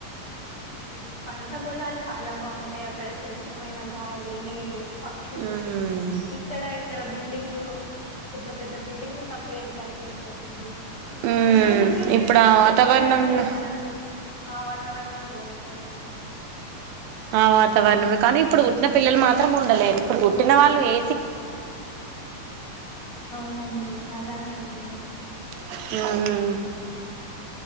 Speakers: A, on the left; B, on the right.
A: అవునండి పంట పోలాలు చాల బాగుంటాయి అక్కడ స్వచ్ఛమైన గాలి నీరు పక్షులు
B: ఉమ్
A: ఇక్కడ ఇక్కడ బిల్డింగ్ ల్లు పెద్ద పెద్ద బిల్డింగ్లు తప్ప ఏం కనిపించ సేవన్టు
B: ఉమ్
A: అందరికి
B: ఇప్పుడు ఆ వాతావరణంలో
A: చెప్పాలంటే మనకు ఆ వాతావరణం. బాగుంటుందండి.
B: ఆ వాతావరణమే కానీ ఇప్పుడు పుట్టిన పిల్లలు మాత్రం ఉండలేరు. ఇప్పుడు పుట్టిన వాళ్ళు ఏ.
A: అవునండి అలానే ఉంది ము. <inaudible>
B: హ్మ్! హు హూ!